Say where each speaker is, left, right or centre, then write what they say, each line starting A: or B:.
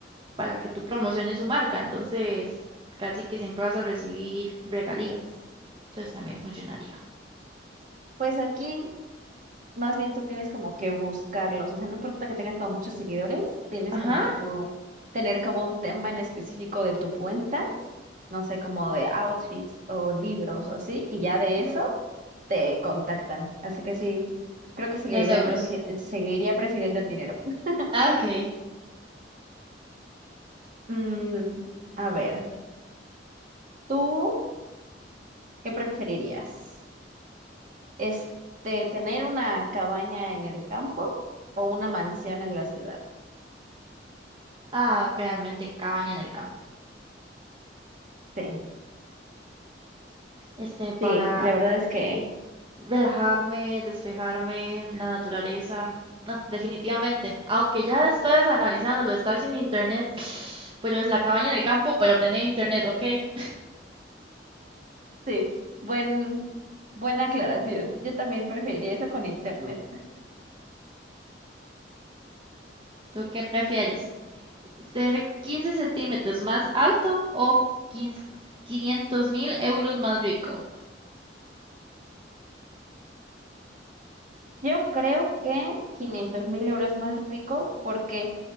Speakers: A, on the right; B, on the right.
A: para que tú promociones su marca. Entonces, casi que siempre vas a recibir regalías. Entonces también funcionaría.
B: Pues aquí, más bien tú tienes como que buscarlos, o sea, no importa que tengas como muchos seguidores, tienes
A: Ajá.
B: como que tú tener como un tema en específico de tu cuenta, no sé, como de outfits o libros o así, y ya de
A: Mm,
B: eso. te contactan. Así que sí, creo que seguiría,
A: Los euros.
B: prefi- seguiría prefiriendo el dinero. <laughs>
A: Ah, Ok.
B: Mm, a ver, ¿tú qué preferirías? Este, ¿tener una cabaña en el campo o una mansión en la ciudad?
A: Ah, realmente cabaña en el campo.
B: Sí,
A: Este, para
B: sí, la verdad es que
A: relajarme, despejarme, la naturaleza. No, definitivamente. Aunque ya después analizándolo, estar sin internet, pero es la cabaña en el campo, pero tener internet, ¿ok? <laughs>
B: sí, buen, buena aclaración. Yo también preferiría eso con internet.
A: ¿Tú qué prefieres? ser 15 centímetros más alto o 500 mil euros más rico.
B: Yo creo que quinientos mil euros más rico porque